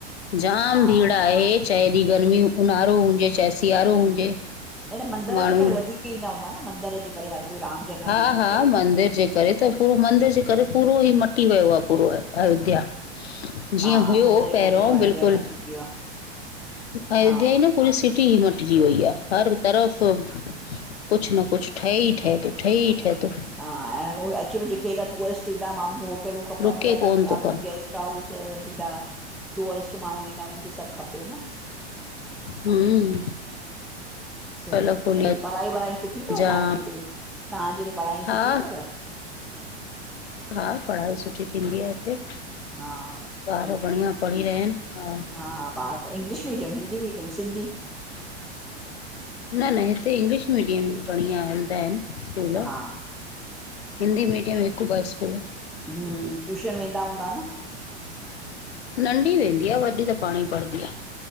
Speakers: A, on the left (about 65°); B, in the centre.
A: जाम
B: हा
A: भीड़ आहे, चाहे हेॾि गर्मी, ऊन्हारो हुजे, चाहे सियारो हुजे।
B: हिन मंदिर
A: माण्हू
B: जे करे वधीक ईंदा हूंदा न मंदिर जे करे हर कोई राम जनम
A: हा
B: भूमि
A: -हा
B: भई
A: मंदिर जे करे त पूरो मंदिर जे करे पूरो ई मटी वयो आ पूरो अयोध्या।
B: हा
A: जीअं हुयो
B: मंदर जे करे
A: पहिरियों
B: पूरो अयोध्या
A: बिल्कुल
B: मटिजी वियो
A: अयोध्या
B: आ
A: ई न पूरी सिटी ई मटिंजी वई आ हर तरफ़, कुछ न कुछ ठहे ई ठहेतो, ठहे ई ठहेतो।
B: हा ऐं उ अच वञ जेके हेॾा टूरिस्ट ईंदा माणुनि जी होटलूं खपन
A: रुके
B: धर्मशालूं
A: कोन थो कम
B: गेस्ट टा्उजर हेॾा, टूरिस्ट माणु ईंदा उन्हनि खे सभ खपे न।
A: हम्म होटल
B: सही
A: खुलिया
B: -सही, पढ़ाई वढ़ायूं सुठियूं तव
A: जाम
B: तव्हांजे हिते तव्हांजे हिते पढ़ायूं
A: हा
B: सुठियूं तव?
A: हा पढ़ाई सुठी थींदी आ हिते।
B: हा
A: ॿार
B: बिल्कुलु
A: बढ़िया पढ़ी रहिया आहिनि, हा।
B: हा ॿार English medium, Hindi medium, Sindhi,
A: न -न हिते इंग्लिश मिडियम बढ़िया हलंदाइन। स्कूल
B: हा
A: हिंदी मीडियम हिक ॿ स्कूल इन।
B: हूं- टूयूशन वेंदा हूंदा न?
A: नंढी वेंदी आ, वॾी त पाण ई पढदी आ,